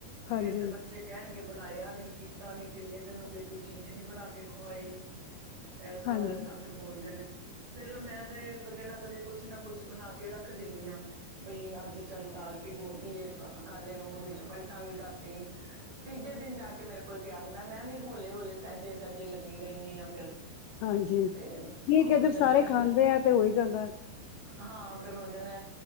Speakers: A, on the left; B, on the right.
A: ਹਾਂਜੀ,
B: ਫੇਰ ਤੇ ਬੱਚੇ ਕਹਿਣਗੇ, ਬਣਾਇਆ ਨਹੀਂ ਕੀਤਾ ਨਹੀਂ, ਕਿੰਨੇ ਦਿਨ ਹੋ ਗਏ ਕੋਈ ਚੀਜ਼, ਨਹੀਂ ਬਣਾ ਕੇ ਖਵਾਈ ਐਸਾ-ਵੈਸਾ
A: ਹਾਂਜੀ
B: ਫਿਰ ਬੋਲਦੇ, ਨੇ ਫੇਰ ਮੈਂ ਤੇ ਕਦੇ ਨਾ ਕਦੇ ਕੁਛ ਨਾ ਕੁਛ, ਬਣਾ ਕੇ ਰੱਖ ਦਿੰਦੀ ਹਾਂ ਬਈ ਅੱਜ‌ ਚਲ ਦਾਂਲ ਪਗੋਤੀ ਕੱਲ ਇਨੂੰ, ਉਹਦੇ ਪਲਟਾਂਗੇ ਰਾਤੀ ਤੀਜੇ ਦਿਨ ਜਾ ਕੇ, ਮੇਰੇ ਕੋਲ ਤਿਆਰ ਹੁੰਦਾ, ਮੈਂ ਵੀ ਹਲੇ-ਹਲੇ ਸਹਿਜੇ-ਸਹਿਜੇ ਲੱਗੀ ਰਹਿਣੀ ਆ ਫਿਰ
A: ਹਾਂਜੀ, ਠੀਕ
B: ਤੇ ਹੋ
A: ਹੈ
B: ਜਾਂਦਾ
A: ਜਦ ਸਾਰੇ
B: ਫਿਰ
A: ਖਾਂਦੇ ਹੈ, ਤੇ ਹੋ ਹੀ ਜਾਂਦਾ
B: ਹਾਂ, ਫਿਰ ਉਹ ਜਾ ਨੇ,